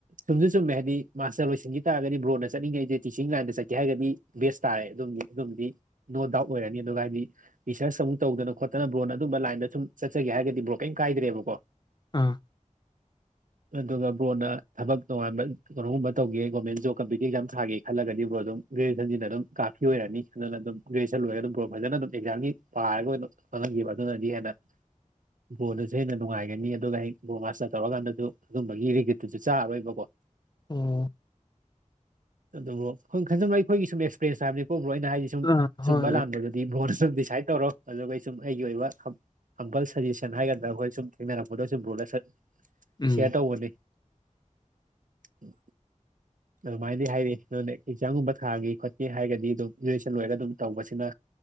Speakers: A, on the right (about 80°); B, on the left (about 35°).
A: ꯁꯨꯝꯁꯨ ꯆꯨꯝꯃꯦ ꯍꯥꯏꯗꯤ ꯃꯥꯁꯇꯔ ꯂꯣꯏꯁꯤꯟꯈꯤ ꯇꯥꯔꯒꯗꯤ ꯕ꯭ꯔꯣꯅ ꯆꯠꯅꯤꯡꯉꯩꯗꯤ ꯇꯤꯆꯤꯡ ꯂꯥꯏꯟꯗ ꯆꯠꯀ ꯍꯥꯏꯔꯒꯗꯤ ꯕꯦꯁ ꯇꯥꯔꯦ ꯑꯗꯨꯝ ꯑꯗꯨꯝꯗꯤ ꯅꯣ ꯗꯥꯎꯠ ꯑꯣꯏꯔꯅꯤ ꯑꯗꯨꯒ ꯍꯥꯏꯗꯤ ꯔꯤꯁꯔꯁ ꯑꯃꯨꯛ ꯇꯧꯗꯅ ꯈꯣꯠꯇꯅ ꯕ꯭ꯔꯣꯟ ꯑꯗꯨꯝꯕ ꯂꯥꯏꯟꯗ ꯁꯨꯝ ꯆꯠꯒꯦꯔꯒꯗꯤ ꯕ꯭ꯔꯣ ꯀꯔꯤꯝ ꯀꯥꯏꯗ꯭ꯔꯦꯕꯀꯣ
B: ꯑꯥ
A: ꯑꯗꯨꯒ ꯕ꯭ꯔꯣꯅ ꯊꯕꯛ ꯇꯣꯉꯥꯟꯕ ꯀꯣꯒꯨꯝꯕ ꯇꯧꯒꯦ ꯒꯣꯔꯃꯦꯟ ꯖꯣꯕ ꯀꯝꯄꯤꯨꯇꯤ ꯑꯦꯛꯖꯥ ꯊꯥꯒꯦ ꯈꯜꯂꯒꯗꯤ ꯕ꯭ꯔꯣꯗꯣ ꯑꯗꯨ ꯭ꯔꯦꯖꯟ ꯑꯗꯨꯝ ꯀꯥꯐꯤꯔꯅꯤ ꯑꯗꯨꯅ ꯑꯗꯨꯝ ꯒꯦꯖꯟ ꯂꯔꯒ ꯑꯗꯨ ꯕ ꯐꯖꯅ ꯑꯗꯨꯝ ꯑꯦꯛꯖꯝꯒꯤ ꯄꯥꯔꯒ ꯑꯣꯏꯅ ꯍꯣꯠꯅꯈꯤꯕ ꯑꯗꯨꯅꯗꯤ ꯍꯦꯟꯅ ꯕꯣꯜꯗꯨꯁꯨ ꯍꯦꯟꯅ ꯅꯨꯡꯉꯥꯏꯒꯅꯤ ꯑꯗꯨꯒ ꯍꯦꯛ ꯕꯣꯜ ꯃꯥꯁꯇꯔ ꯇꯧꯔꯀꯥꯟꯗꯁꯨ ꯑꯗꯨꯨꯝꯝꯕꯒꯤ ꯔꯤꯒꯤꯠꯇꯨꯁꯨ ꯆꯥꯔꯔꯣꯏꯕꯀꯣ
B: ꯎꯝ
A: ꯑꯗꯨꯕꯨꯣꯏ ꯈꯟꯖꯕ ꯑꯩꯈꯣꯏꯒꯤ ꯁꯨꯝ ꯑꯦꯛꯁꯄꯤꯔꯦꯟꯁ ꯍꯥꯏꯕꯅꯤꯀꯣ ꯅ ꯍꯥꯏꯗꯤ ꯁꯨꯝ
B: ꯑꯥ ꯍꯣꯏ
A: ꯆꯨꯝꯕ ꯂꯥꯟꯕꯗꯨꯗꯤ ꯚꯣꯔ ꯁ ꯗꯤꯁꯥꯏꯠ ꯇꯧꯔꯣ ꯑꯗꯨꯒ ꯁꯨꯝ ꯑꯩꯒꯤ ꯑꯣꯏꯕ ꯍꯝꯄꯜ ꯁꯖꯦꯁꯟ ꯍꯥꯏꯒꯗ꯭ꯔꯥ ꯑꯩꯈꯣꯏ ꯁꯨꯝ ꯊꯦꯡꯅꯔꯛꯄꯗ ꯁꯨꯝ ꯣꯠ
B: ꯎꯝ
A: ꯁꯤꯌꯥ ꯇ ꯍ
B: <unintelligible>
A: ꯎꯝ ꯑꯗꯨꯃꯥꯏꯅꯗꯤ ꯍꯥꯏꯔꯤ ꯑꯗꯨꯅ ꯑꯦꯛꯖꯥꯝꯒꯨꯝꯕ ꯊꯥꯒ ꯈꯣꯠꯀꯦ ꯍꯥꯏꯔꯒꯗꯤ ꯑꯗꯨꯝ ꯒ꯭ꯔꯦꯖꯨꯁꯟ ꯂꯣꯏꯔꯒ ꯑꯗꯨꯝ ꯇꯧꯕꯁꯤꯅ